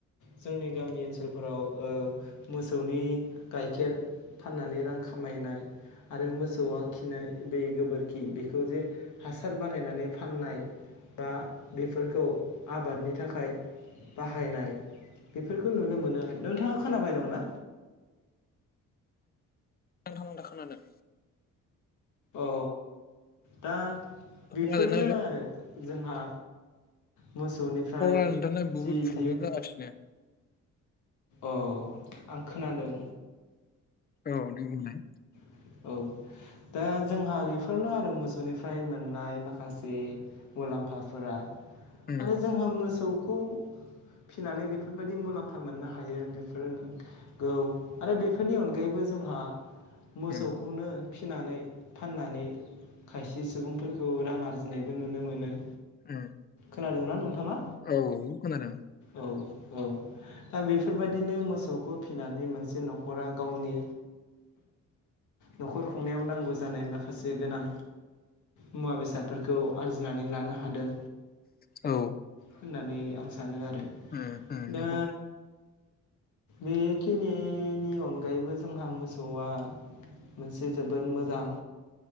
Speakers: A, on the left; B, on the left.
A: जोंनि गामि ओनसोलफोराव मोसौनि गाइखेर फाननानै रां खामायनाय आरो मोसौआ खिनाय बे गोबोरखि बेखौ जे हासार बानायनानै फाननाय बा बेफोरखौ आबादनि थाखाय बाहायनाय बेफोरखौ नुनो मोनो आरो नोंथाङा खोनाबाय दंना?
B: नांथा नांथा खोनादों।
A: औ दा बेफोरनो
B: खोनादोंना हेलौ
A: आरो जोंहा मोसौनिफ्राय
B: टावारा नोंथांना बुहुद
A: जि
B: प्रब्लेम
A: जि
B: जागासिनो
A: अ आं खोनादों।
B: औ दे बुंलाय।
A: औ दा जोंहा बेफोरनो आरो मोसौनिफ्राय मोननाय माखासे मुलाम्फाफोरा
B: उम
A: आरो जोंङो मोसौ खौ फिनानै बेफोरबायादि मुलाम्फा मोननो हायो बेफोर नंगौ आरो बेफोरनि अनगायैबो जोंहा मोसौखौनो
B: उम
A: फिनानै फाननानै खायसे सुबुंफोरखौ रां आरजिनायबो नुनो मोनो।
B: उम
A: खोनादोंना नोंथाङा?
B: औ खोनादों।
A: औ औ दा बेफोरबायदिनो मोसौखौ फिनानै मोनसे न'खरा गावनि न'खर खुंनायाव नांगौ जानाय माखासे गोनां मुवा बेसादफोरखौ आरजिनानै लानो हादों
B: औ
A: होननानै आं सा नो आरो।
B: उम उम
A: दा
B: नंगौ
A: बेखिनिनि अनगायैबो जोंहा मोसौआ मोनसे जोबोद मोजां